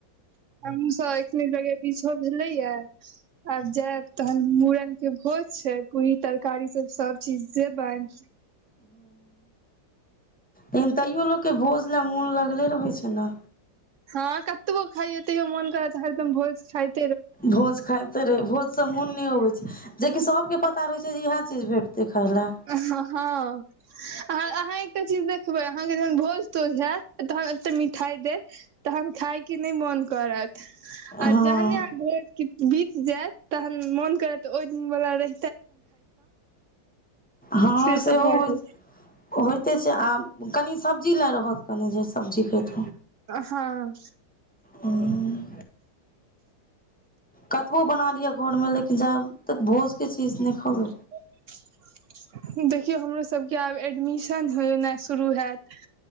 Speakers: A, on the right (about 85°); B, in the centre.
A: हमूँ सब एखने जगह बिझो भेलैय आब जायब तहन मुड़नके भोज छै पूरी तरकारी सब सभ चीज देबन
B: हन तैयो लोकके भोज ल मोन लगले रहै छै ने
A: हँ कतबो खैयौ तैयो मोन करत एकदम भोज खायत
B: भोज खाइते रही भोज से मोन नहि होबे छै जेकि सब के पता रहे छै जे इएह चीज भेटते खाय ले
A: ह ह हाँ अहां अहां चीज देखबै अहाँके जहन भोज तोज होयत तहन एते मिठाइ देत तहन खायके नहि मन करत आ
B: हँ
A: जहने अहाँ भ कीत बीत जायत तहन मोन करेत ओ वाला रही
B: हँ
A: से
B: सेहो
A: सब भऽ
B: होइ
A: जाइ
B: छै होइते छै आ कनि सब्जी लए रहत कनि जैसे सब्जी खेत
A: हँ
B: हूँ कतबो बना लिया घर मे लेकिन जाब तक भोज के चीज नै खाउ न
A: <unintelligible> देखियौ हमरोसभके आब एडमिशन होनाइ शुरू हेत